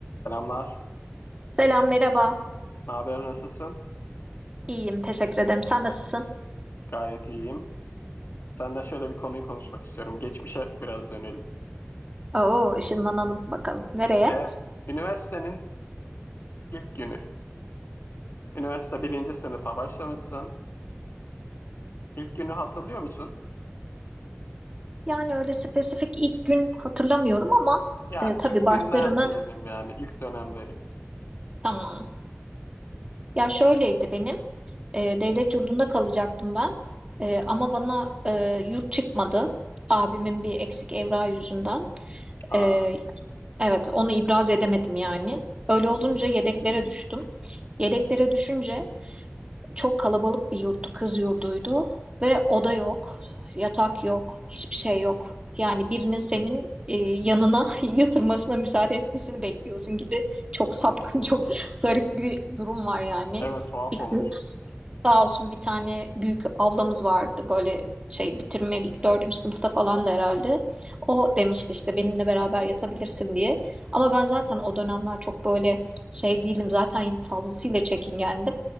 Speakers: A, on the left; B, on the right.
A: Selamlar.
B: Selam, merhaba.
A: Ne haber, nasılsın?
B: İyiyim, teşekkür ederim. Sen nasılsın?
A: Gayet iyiyim. Senden şöyle bir konuyu konuşmak istiyorum. Geçmişe biraz dönelim.
B: Oo, ışınlanalım bakalım. Nereye?
A: Evet, üniversitenin ilk günü. Üniversite birinci sınıfa başlamışsın. İlk günü hatırlıyor musun?
B: Yani öyle spesifik ilk gün hatırlamıyorum ama
A: Yani
B: e, tabii
A: ilk
B: başlarını
A: günler diyelim yani ilk dönemleri.
B: tamam. Ya şöyleydi benim. e, devlet yurdunda kalacaktım ben.
A: Hı
B: E,
A: hı.
B: ama bana e, yurt çıkmadı. Abimin bir eksik evrağı yüzünden.
A: Aa.
B: E, evet, onu ibraz edemedim yani. Öyle
A: Hı
B: olunca
A: hı.
B: yedeklere düştüm. Yedeklere düşünce çok kalabalık bir yurttu, kız yurduydu ve oda yok, yatak yok, hiçbir şey yok. Yani birinin senin e, yanına <laughs> yatırmasına müsaade etmesini bekliyorsun gibi çok sapkın,
A: Hmm.
B: çok <laughs> garip bir durum var yani.
A: Evet, tuhaf
B: Bir,
A: olmuş.
B: sağ olsun bir tane büyük ablamız vardı böyle şey bitirmedik dördüncü sınıfta falan da herhalde. O demişti işte benimle beraber yatabilirsin diye. Ama ben zaten o dönemler çok böyle şey değildim. Zaten fazlasıyla çekingendim.